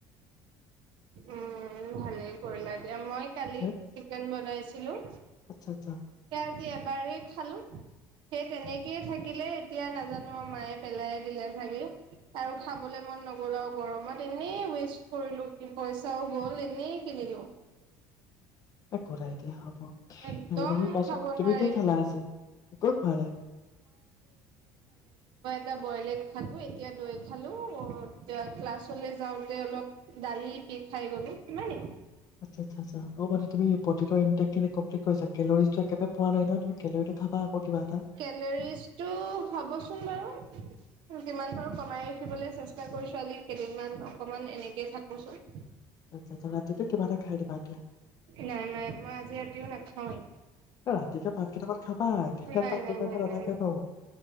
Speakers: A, on the right; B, on the left.
A: উম ভালেই কৰিলা দিয়া, মই কালি
B: হে,
A: চিকেন বনাইছ হেল্ল'
B: আচ্ছা আচ্ছা।
A: খালি এবাৰেই খালো সেই তেনেকেই থাকিলে এতিয়া নাজানো আৰু মায়ে পেলাই দিলে চাগে আৰু খাবলৈ মন নগ'ল আৰু গৰমত এনেই ৱেষ্ট কৰিলো। পইচাও গ'ল এনেই কিনিলো
B: একো নাই দিয়া হ'ব,
A: একদম
B: হেৰি নহয় কোৱাচোন
A: খাব নোৱাৰি
B: তুমি কি খালা আজি? একোৱেই খোৱা নাই?
A: এ বইলে খালো, এতিয়া দৈ খালো, অ ক্লাছলে যাওঁতে অলপ- দালি পি খাই গলো সিমানে?
B: আচ্ছা আচ্ছা আচ্ছা অ মানে তুমি- প্ৰটিনৰ ইনটেক্টখিনি কমপ্লিট কৰিছা? কেলৰিজটো একেবাৰে পোৱা নাই নহয়, তুমি কেলৰিটো খাবা আকৌ কিবা এটা।
A: কেলৰিজটো হ'বচোন বাৰু যিমান পাৰো কমাই ৰাখিবলৈ চেষ্টা কৰিছো আজি কেইদিনমান অকমান এনেকেই থাকোচোন
B: আচ্ছা- আচ্ছা ৰাতিকে কিবা এটা খাই দিবা এতিয়া।
A: নাই নাই মই আজি ৰাতিও নাখাৱেই
B: ৰাতিকে ভাত কেইটামান খাবা একেবাৰে
A: নাই, নাই
B: পাত
A: নাই
B: টুকুৰাকে
A: নাই
B: নাথাকে
A: নাই
B: ন